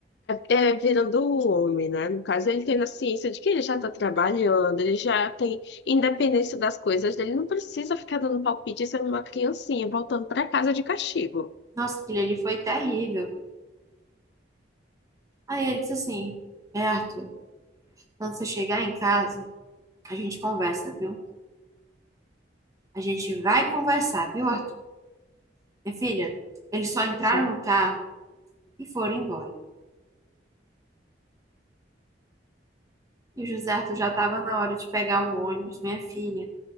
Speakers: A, on the left (about 65°); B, on the right (about 20°).
A: É, é virando o homem, né? No caso, ele tem a ciência de que ele já está trabalhando, ele já tem independência das coisas dele, não precisa ficar dando palpite sendo uma criancinha, voltando para casa de castigo.
B: Nossa, aquilo ali foi terrível. Aí ele disse assim: É, Arthur, quando você chegar em casa, a gente conversa, viu? A gente vai conversar, viu, Arthur? Minha filha, eles só entraram
A: Sim.
B: no carro e foram embora. E o José Arthur já estava na hora de pegar o ônibus, minha filha.